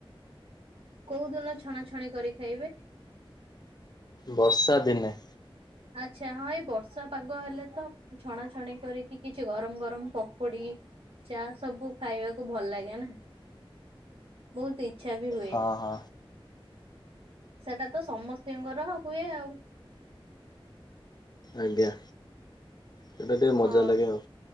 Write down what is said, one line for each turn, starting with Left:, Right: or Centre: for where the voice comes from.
Right: କୋଉ ଦିନ ଛଣାଛଣି କରି ଖାଇବେ?
Left: ବର୍ଷା ଦିନେ।
Right: <inaudible> ଆଚ୍ଛା ହଁ ଏଇ ବର୍ଷା ପାଗ ହେଲେ ତ ଛଣାଛଣି କରିକି କିଛି ଗରମ ଗରମ ପକୁଡ଼ି। ଚା ସବୁ ଖାଇବାକୁ ଭଲ ଲାଗେ ନା ବହୁତ ଇଚ୍ଛା ବି ହୁଏ।
Left: ହଁ ହଁ।
Right: ସେଟା ତ ସମସ୍ତିଙ୍କର ହୁଏ ଆଉ।
Left: ଆଜ୍ଞା। ସେଇଟା ଟିକେ ମଜା
Right: ହଁ
Left: ଲାଗେ ଆଉ